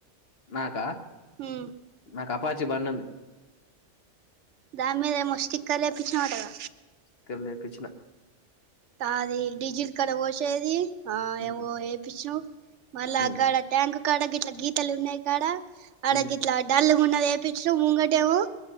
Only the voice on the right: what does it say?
మ్
దాని మీద ఏమో స్టిక్కెర్ లేపించివ నటగా
అది డిజిడ కాడా పోచినా ఏది ఆ
ఏవో ఏ పిచ్చునవ మళ్ళ
ఆక్కడ ట్యాంగ్ ఇక్కడ గిట్ల గీతలు ఉన్నాయి కాడ అడగిట్లా
డల్ మొన్న ఏపించ నవ ముగటే ఏమో